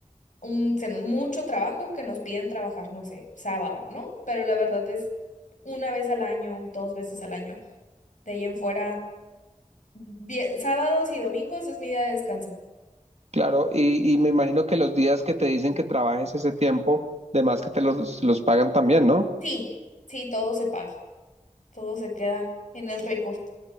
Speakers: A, on the left; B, on the right.
A: un, ten- mucho trabajo que nos piden trabajar, no sé, sábado, ¿no? Pero la verdad es una vez al año, dos veces al año. De ahí en fuera, vie- sábados y domingos es mi día de descanso.
B: Claro, y, y me imagino que los días que te dicen que trabajes ese tiempo, de más que te los, los pagan también, ¿no?
A: Sí, sí, todo se paga, todo se queda en el récord.